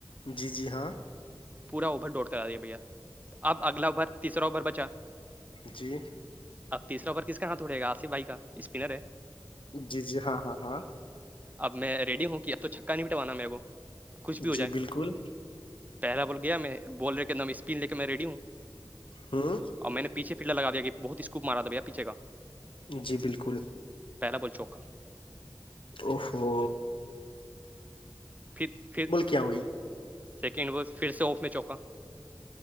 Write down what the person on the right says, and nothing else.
پورا اوور ڈوٹ کرا دے بھیا اب اگلا اوور تیسرا اوور بچا
اب تیر اوور کس کا ہاتھ اڑے گ آاف بائی کا اسپنر ہے
اب میں ریڈی ہوں کی اب چکا نہیں بٹوانا میرے کو کچھ بھی ہو
جائے
پہلا بول گیا میں بول رہے کہ نام اسپین لے کے میں ریڈی ہوں
اور میں نے پیھے پھ لایا کہ بہت اسکو مارا تھا بیا پیچے کا
پہلا بل چوک کا
پھر پھر
سیکنڈ و پھر سے آف میں چوکا